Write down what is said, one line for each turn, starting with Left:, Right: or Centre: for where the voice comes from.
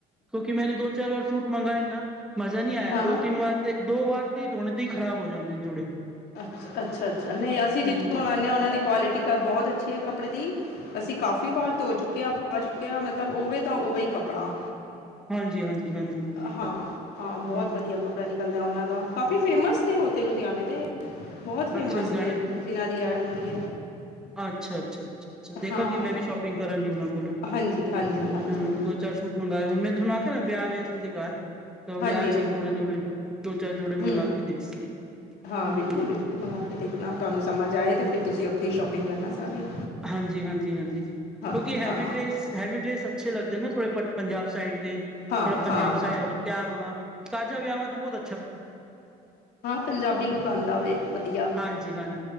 Centre: ਕਿਉਂਕਿ ਮੈਂਨੇ ਦੋ-ਚਾਰ ਵਾਰ ਸੂਟ ਮੰਗਾਏ ਨਾ, ਮਜ਼ਾ ਨ੍ਹੀਂ ਆਇਆ।
Left: ਹਾਂ
Centre: ਦੋ-ਤਿੰਨ ਵਾਰ ਤੇ ਦੋ ਵਾਰ ਤੇ ਧੋਣੇ ਤੇ ਈ ਖਰਾਬ ਹੋ ਜਾਂਦੇ ਨੇ, ਜੋੜੇ।
Left: ਅੱ ਅੱਛਾ-ਅੱਛਾ, ਨਹੀਂ ਅਸੀਂ
Centre: ਹੂੰ।
Left: ਜਿੱਥੋਂ ਮੰਗਾਨੇ ਆ, ਉਹਨਾਂ ਦੀ ਕੁਵਾਲਿਟੀ ਕ ਬਹੁਤ ਅੱਛੀ ਐ ਕੱਪੜੇ ਦੀ। ਅਸੀਂ ਕਾਫ਼ੀ ਵਾਰ ਧੋ ਚੁੱਕੇ ਆ, ਪਾ ਚੁੱਕੇ ਆ। ਮਤਲਬ ਉਵੇ ਦਾ ਉਵੇ ਈ ਕੱਪੜਾ
Centre: ਹਾਂਜੀ-ਹਾਂਜੀ-ਹਾਂਜੀ-ਹਾਂਜੀ,
Left: ਹਾਂ-ਹਾਂ, ਬਹੁਤ
Centre: ਹੂੰ,
Left: ਵਧੀਆ ਕਪ ਕੱਪੜਾ ਨਿਕਲਦਾ ਉਹਨਾਂ ਦਾ। ਕਾਫੀ ਫੇਮਸ ਨੇ ਉਹ ਤੇ ਲੁਧਿਆਣੇ ਦੇ। ਬਹੁਤ ਫੇਮਸ
Centre: ਅੱਛਾ ਲੁਧਿਆਣੇ
Left: ਨੇ। ਜਿਨ੍ਹਾਂ ਦੀ ਐਡ ਆਉਂਦੀ ਐ।
Centre: ਅੱਛ-ਅੱਛਾ-ਅੱਛਾ-ਅੱਛਾ। ਦੇਖਾਂਗੀ,
Left: ਹਾਂ
Centre: ਮੈਂ ਵੀ ਸ਼ੋਪਿੰਗ ਕਰਾਂਗੀ ਉਹਨਾਂ ਕੋਲ਼ੋਂ।
Left: ਹਾਂਜੀ ਹਾਂਜੀ ਹਾਂਜੀ
Centre: ਹੂੰ ਦੋ-ਚਾਰ ਸੂਟ ਮੰਗਾਏ ਮੈਂ ਤਾਨੂੰ ਆਖਿਆ ਨਾ, ਵਿਆਹ ਵੇ ਅਸਾ ਦੇ ਘਰ। ਵਿਆਹ
Left: ਹਾਂਜੀ
Centre: 'ਚ
Left: ਹਾਂਜੀ
Centre: ਈ ਧੋੜੇ-ਧੋੜੇ ਦੋ-ਚਾਰ ਜੋੜੇ ਮੰਗਵਾ
Left: ਹੂੰ
Centre: ਕੇ ਦੇਖ ਸੀ।
Left: ਹਾਂ
Centre: ਹੂੰ
Left: ਬਿਲਕੁਲ-ਬਿਲਕੁਲ, ਮੰਗਾ ਕੇ ਦੇਖਣਾ। ਤੁਹਾਨੂੰ ਸਮਝ ਆਏ ਤੇ ਫਿਰ ਤੁਸੀਂ ਉੱਥੇ ਈ ਸ਼ੋਪਿੰਗ ਕਰਨਾ ਸਾਰੀ।
Centre: ਹਾਂਜੀ-ਹਾਂਜੀ-ਹਾਂਜੀ।
Left: ਹਾਂ
Centre: ਕਿਉਂਕਿ ਹੈਵੀ
Left: ਹਾਂ
Centre: ਡ੍ਰੇਸ। ਹੈਵੀ ਡ੍ਰੇਸ, ਅੱਛੇ ਲੱਗਦੇ ਨੇ ਥੋੜੇ, ਪੰਜਾਬ ਸਾਈਡ ਦੇ।
Left: ਹਾਂ-ਹਾਂ।
Centre: ਸਹੀ ਗੱਲ, ਤਿਆਰ ਹੋਣਾ। ਸਾਜਾ ਵਿਆਹਾਂ ਤੇ ਬੋਹਤ
Left: ਹਾਂ, ਪੰਜਾਬੀ ਲੁਕ ਆਂਦਾ ਵੇ ਇਕ ਵਧੀਆ।
Centre: ਹਾਂਜੀ ਹਾਂਜੀ